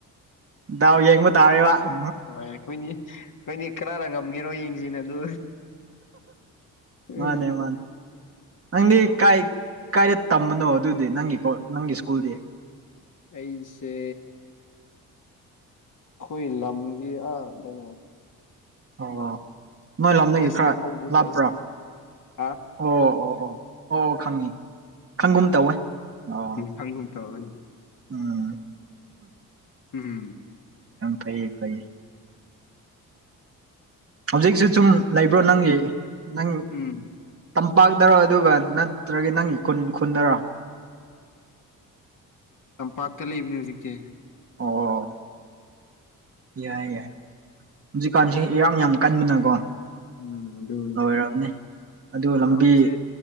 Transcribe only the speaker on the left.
ꯍꯣꯏ ꯑꯩꯈꯣꯏꯅꯤ ꯑꯩꯈꯣꯏꯅꯤ ꯀꯅꯥꯅ ꯉꯝꯒꯦꯔꯣ ꯌꯦꯡꯁꯤꯅꯦ ꯑꯗꯨ ꯎꯝ
ꯑꯩꯁꯦ <inaudible> ꯈꯣꯏ ꯂꯝꯒꯤ ꯑ ꯀꯩꯅꯣ
ꯑꯦꯁꯅ
ꯍꯧꯕꯗꯣ
ꯍꯥ
ꯎꯝ
ꯎꯝ ꯈꯪꯒꯨꯝ ꯇꯧꯋꯦ
ꯎꯝꯝ
ꯎꯝ
ꯇꯝꯄꯥꯛꯇ ꯂꯩꯕꯅꯦ ꯍꯧꯖꯤꯛꯇꯤ
ꯎꯝ ꯑꯗꯨ
ꯃꯇꯝꯁꯦ